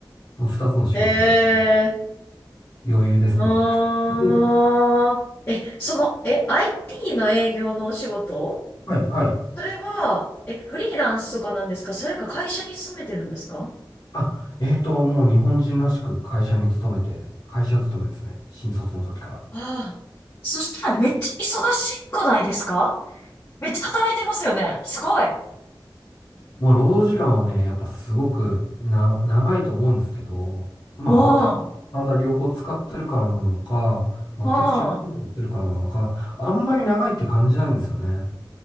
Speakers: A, on the left (about 55°); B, on the left (about 35°).
A: 然二つの仕事をやって、
B: へえ
A: 余裕ですね。
B: うーん、
A: <laughs>
B: え、その、え、IT の営業のお仕事
A: はい、はい。
B: それは、え、フリーランスとかなんですかそれか会社に勤めてるんですか
A: あ、えーと、もう日本人らしく会社に勤めて、会社勤めですね。新卒の時から。
B: ああ。そしたらめっちゃ忙しくないですかめっちゃ働いてますよね。すごい。
A: もう労働時間はね、やっぱすごくな、長いと思うんですけど、まあ、
B: うん。
A: 頭、
B: う
A: 体両方使ってるからなのか、全く違うことやってるからなのか、
B: ん。
A: あんまり長いって感じないんですよね。
B: うん。